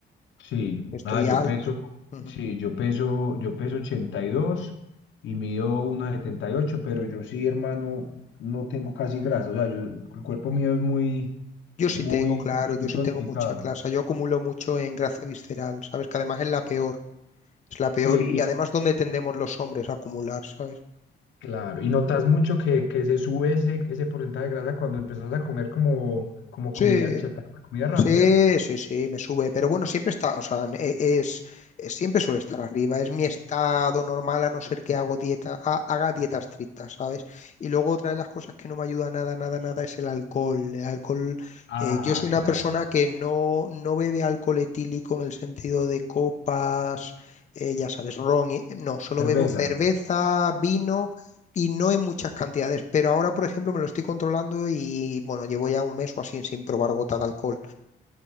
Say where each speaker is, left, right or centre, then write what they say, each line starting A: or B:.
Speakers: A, on the left; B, on the left.
A: Sí,
B: estoy
A: ah, yo
B: alto.
A: peso,
B: Ujú.
A: sí, yo peso, yo peso ochenta y dos y mido uno setenta y ocho pero yo sí, hermano, no tengo casi grasa. O sea, yo, el cuerpo mío es muy,
B: Yo sí
A: muy,
B: tengo, claro, yo
A: muy
B: sí
A: tonificado.
B: tengo mucha clase, yo acumulo mucho en grasa visceral, ¿sabes? Que además es la peor, es la peor
A: Sí,
B: y, y además donde tendemos los hombres a acumular, ¿sabes?
A: Claro, y notas mucho que, que se sube ese, ese porcentaje de grasa cuando empezás a comer como, como
B: Sí,
A: comida chatarra, comida rápida.
B: Sí, sí, sí, me sube, pero bueno, siempre está, o sea, e- es, es- siempre suele estar arriba, es mi estado normal a no ser que hago dieta, ha- haga dieta estricta, ¿sabes? Y luego otra de las cosas que no me ayuda nada, nada, nada es el alcohol. El alcohol,
A: Ah,
B: eh, yo soy
A: claro.
B: una persona que no, no bebe alcohol etílico en el sentido de copas, eh, ya sabes, ron, y- no, solo
A: Cerveza.
B: bebo cerveza, vino. Y no en muchas cantidades, pero ahora, por ejemplo, me lo estoy controlando y bueno, llevo ya un mes o así sin probar gota de alcohol.